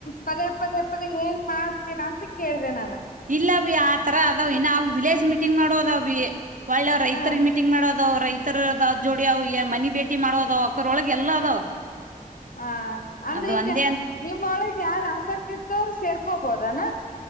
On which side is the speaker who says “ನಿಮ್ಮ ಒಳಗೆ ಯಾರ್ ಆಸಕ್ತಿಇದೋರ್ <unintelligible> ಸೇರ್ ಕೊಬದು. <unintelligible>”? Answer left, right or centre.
Left